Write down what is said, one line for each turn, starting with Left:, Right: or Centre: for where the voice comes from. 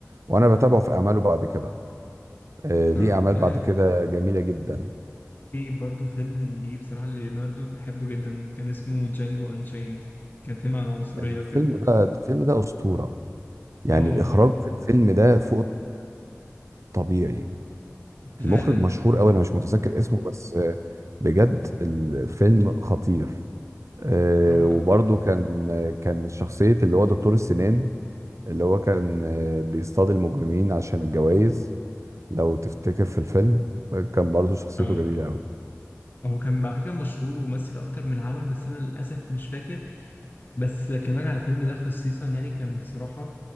Right: وانا بتابعه في اعماله بعد كده آه،
Left: اتفرجت
Right: ليه اعمال
Left: طيب
Right: بعد كده جميله جدا
Left: في برضه فيلم اللي بصراحه ليوناردو بحبه جدا كان اسمه جانجو انشيند كان فيلم عن العنصريه
Right: الفيلم
Left: وكده
Right: ده الفيلم ده اسطوره يعني
Left: اه
Right: الاخراج في الفيلم ده فوق الطبيعي
Left: فعلا
Right: المخرج مشهور قوي انا مش متذكر اسمه بس آه، بجد الفيلم خطير آه،
Left: بصراحه
Right: وبرضه كان آه، كان شخصية اللي هو دكتور السنان اللي هو كان آه، بيصطاد المجرمين عشان الجوائز لو تفتكر في الفيلم آه، كان برضه شخصيته
Left: اه
Right: جميلة قوي
Left: هو كان على فكره مشهور ومثل اكتر من عمل بس انا للاسف مش فاكر بس كان راجع على الفيلم ده خصيصا يعني كان بصراحه